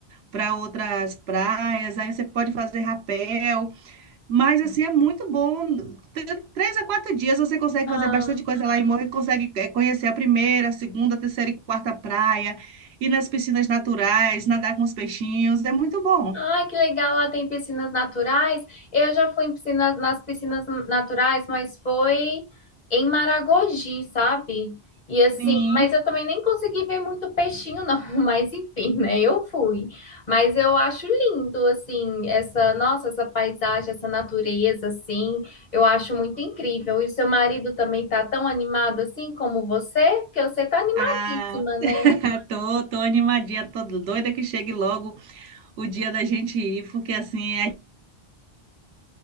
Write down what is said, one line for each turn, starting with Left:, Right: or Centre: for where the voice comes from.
Right: para outras praias, aí você pode fazer rapel, mas assim é muito bom. Tr- Três a quatro dias você consegue
Left: Ah.
Right: fazer bastante coisa lá em Morro, consegue eh, conhecer a primeira, a segunda, a terceira e quarta praia, ir nas piscinas naturais, nadar com os peixinhos, é muito bom.
Left: Ah, que legal, lá tem piscinas naturais. Eu já fui em piscinas, nas piscinas naturais, mas foi em Maragogi, sabe? E assim,
Right: Sim.
Left: mas eu também nem consegui ver muito peixinho, não. <laughs> Mas enfim, né? Eu fui. Mas eu acho lindo, assim, essa, nossa, essa paisagem, essa natureza, assim, eu acho muito incrível. E seu marido também tá tão animado assim como você, porque você tá animadíssima,
Right: Ah,
Left: né?
Right: <laughs> tô, tô animadinha, tô doida que chegue logo o dia da gente ir, porque assim, a